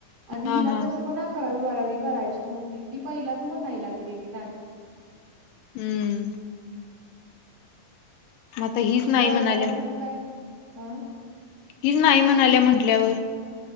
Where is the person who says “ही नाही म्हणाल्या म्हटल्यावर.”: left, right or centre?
Left